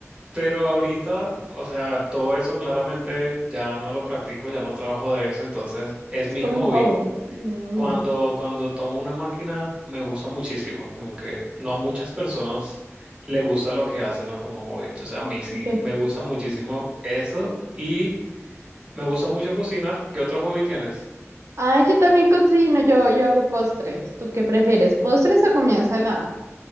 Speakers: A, on the right; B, on the right.
A: Pero ahorita, o sea, todo eso claramente ya no lo practico, ya no trabajo de eso, entonces es
B: Es
A: mi
B: como
A: hobby.
B: un hobby. Mm,
A: Cuando, cuando tomo una máquina me gusta muchísimo, como que no a muchas personas le gusta lo que hacen, ¿no? Como hobby. Entonces a mí sí
B: ok.
A: me gusta muchísimo eso y me gusta mucho cocinar. ¿Qué otro hobby tienes?
B: Ah, yo también cocino, yo, yo hago postres. ¿Tú qué prefieres, postres o comida salada?